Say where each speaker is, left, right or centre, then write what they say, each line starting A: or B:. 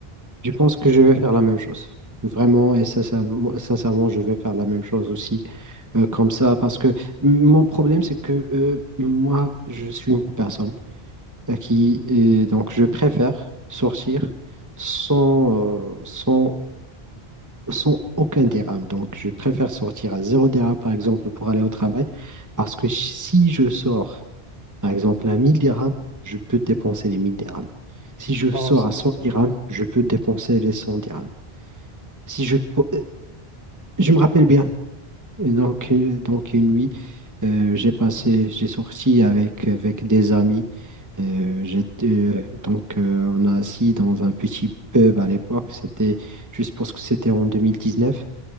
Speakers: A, on the right; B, on the right.
A: Je pense que je vais faire la même chose. Vraiment et sincèrement, sincèrement, je vais faire la même chose aussi. euh, comme ça, parce que m- mon problème, c'est que euh, moi, je suis une personne à qui, et donc, je préfère sortir sans, euh, sans, sans aucun dirham. Donc, je préfère sortir à zéro dirham, par exemple, pour aller au travail, parce que si si je sors, par exemple, à 1000 dirhams, je peux dépenser les 1000 dirhams. Si je sors
B: Oh, c'est
A: à 100
B: dur.
A: dirhams, je peux dépenser les 100 dirhams. Si je, pou- euh, je me rappelle bien. Et Donc, une- donc une nuit, euh, j'ai passé, j'ai sorti avec, avec des amis. Euh, j'étais, euh, donc, euh, on a assis dans un petit pub à l'époque. C'était, je suppose que c'était en 2019.